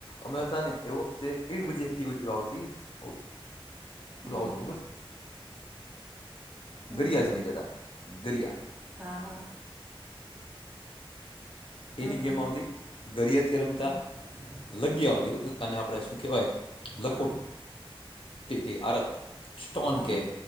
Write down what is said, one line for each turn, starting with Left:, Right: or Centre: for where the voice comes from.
Left: અમે હતા ને એ વખતે એવી બધી એક્ટિવિટીઓ આવતી. ઓલો
Right: હમ
Left: આવતો
Right: હમ
Left: ખબર છે
Right: હમ
Left: ગરિયા
Right: હમ
Left: જે ને કહેતા ગરિયા
Right: હા હા હમ
Left: એની ગેમ
Right: હમ
Left: આવતી ગરિયા થી રમતાં
Right: હા હા
Left: લગી આવતી આને આપડે ઓકે ભાઈ.
Right: હા
Left: લખો. ટી કે આરત સ્ટોન
Right: હા
Left: કે